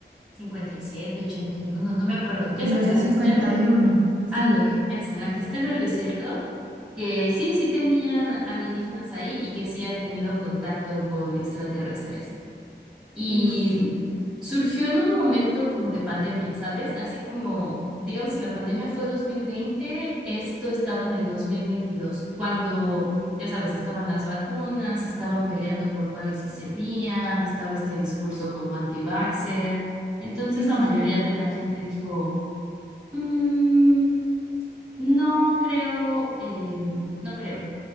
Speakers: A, in the centre; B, on the right (about 80°).
A: 57, ochenta y uno no me acuerdo, ya
B: El
A: sabes,
B: área
A: la
B: cincuenta
A: que está en el,
B: y uno sí,
A: ándale, esa, la que está en el desierto, que sí, sí tenían alienígenas ahí y que sí han tenido contacto con extraterrestres y
B: uff,
A: surgió en un momento como de pandemia, ¿sabes? Así como, digamos, si la pandemia fue 2020, esto estaba en el 2022, cuando, ya sabes, estaban las vacunas, estaban peleando por cuáles sí servían, estaba este discurso como anti-vaxxer. Entonces
B: sí,
A: la
B: sí,
A: mayoría
B: sí.
A: de la gente dijo, "Mm, no creo, em, no creo.